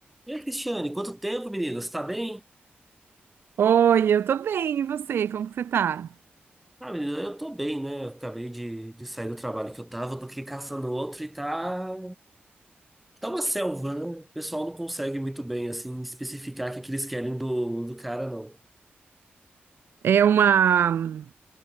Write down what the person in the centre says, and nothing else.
E aí, Cristiane, quanto tempo, menina? Você tá bem?
Ah, menina, eu tô bem, né? Eu acabei de, de sair do trabalho que eu tava, tô aqui caçando outro e tá. Tá uma selva, né? O pessoal não consegue muito bem, assim, especificar o que, que eles querem do, do cara, não.